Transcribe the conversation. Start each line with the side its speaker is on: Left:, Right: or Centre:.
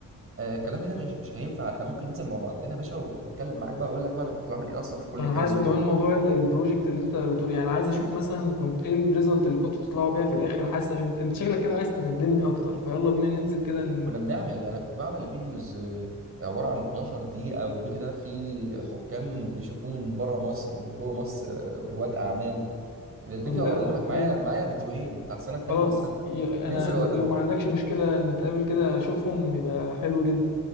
Right: آه، الكلام هنا مش مش هينفع احنا ممكن ننزل مع بعضنا يا باشا و- واتكلم معاك بقى اقول لك بقى انا كنت بعمل ايه اصلا في كل
Left: انا
Right: الكلام
Left: حاسس وكمان
Right: ده
Left: موضوع ال- البروجكت اللي انت بتقول يعني عايز اشوف مثلا كنت ايه الريزلت اللي كنتوا بتطلعوا بيها في الاخر حاسس عشان انت إنت شكلك كده عايز تندمني اكتر فيلا بينا ننزل كده ن...
Right: كنا بنعمل انا كنت بعمل فيديوز آه، عباره عن 12 دقيقه والفيديو ده فيه حكام بيشوفوه من بره مصر ومن جوه مصر آه، رواد اعمال الفيديو
Left: طب لا
Right: هوريه
Left: لا،
Right: لك
Left: جامد
Right: معايا معايا فيديوهين بتاع السنه التانيه
Left: خلاص
Right: والسنه التالته
Left: ي- انا
Right: ننزل اوريه
Left: ل- لو ما عندكش
Right: لك
Left: مشكلة نتقابل كده اشوفهم يبقى حلو جدا